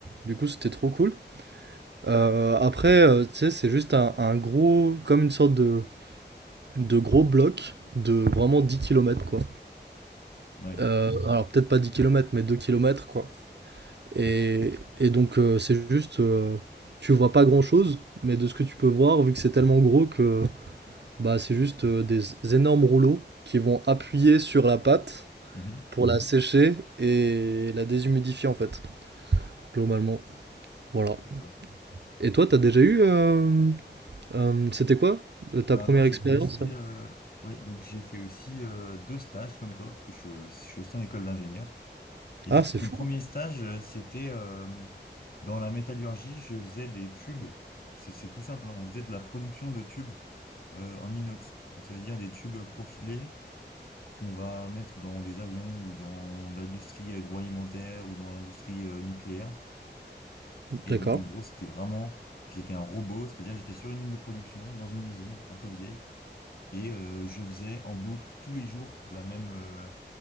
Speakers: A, on the right; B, on the left.
A: Du coup, c'était trop cool. Euh, après, euh, tu sais, c'est juste un, un gros, comme une sorte de, de gros bloc de vraiment 10 kilomètres quoi.
B: Ouais.
A: Euh, alors, peut-être pas 10 kilomètres, mais 2 kilomètres quoi. Et, et donc, euh, c'est juste, euh, tu vois pas grand-chose, mais de ce que tu peux voir, vu que c'est tellement gros que bah, c'est juste euh, des énormes rouleaux qui vont appuyer sur la pâte
B: Mhm.
A: pour la sécher et la déshumidifier, en fait, globalement. Voilà.
B: D'accord.
A: Et toi, t'as déjà eu... euh, euh, c'était quoi euh, ta
B: Bah,
A: première
B: moi, j'ai
A: expérience?
B: fait aussi, euh, ouais, donc j'ai fait aussi euh, deux stages comme toi, parce que je, suis euh, je suis aussi en école d'ingénieur. Et
A: Ah,
B: du coup,
A: c'est
B: mon
A: fou,
B: premier stage, euh, c'était euh, dans la métallurgie, je faisais des tubes. C'est c'est tout simple, hein, On faisait de la production de tubes euh, en inox. Donc, ça veut dire des tubes profilés qu'on va mettre dans des avions ou dans l'industrie agroalimentaire ou dans l'industrie euh, nucléaire. Et
A: d'accord.
B: donc, en gros, c'était vraiment, j'étais un robot, c'est-à-dire j'étais sur une ligne de production, dans une usine un peu vieille, et euh, je faisais en boucle tous les jours la même, euh,